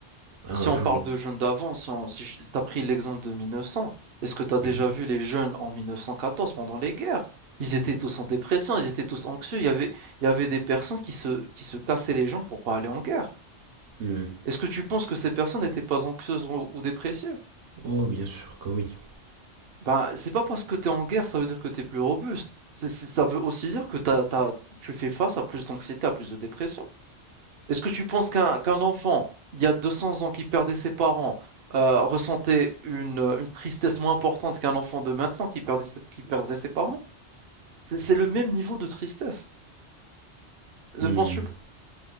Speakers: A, on the right (about 80°); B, on the right (about 60°).
A: Hein,
B: Si on
A: je
B: parle
A: vois.
B: de jeunes d'avant, si on, si je- t'as pris l'exemple de 1900, est-ce que t'as déjà
A: Mhm.
B: vu les jeunes en 1914 pendant les guerres? Ils étaient tous en dépression, ils étaient tous anxieux, il y avait, il y avait des personnes qui se, qui se cassaient les jambes pour pas aller en guerre.
A: Mhm.
B: Est-ce que tu penses que ces personnes n'étaient pas anxieuses ou, ou dépressives?
A: Oh, bien sûr que oui.
B: Ben, c'est pas parce que t'es en guerre, ça veut dire que t'es plus robuste. C'est, c'est- ça veut aussi dire que t'as, t'as, tu fais face à plus d'anxiété, à plus de dépression. Est-ce que tu penses qu'un qu'un enfant, il y a 200 ans, qui perdait ses parents, euh, ressentait une, euh, une tristesse moins importante qu'un enfant de maintenant qui perdait ses- qui perdrait ses parents? C'est c'est le même niveau de tristesse. Ne
A: Hmm.
B: penses-tu pas?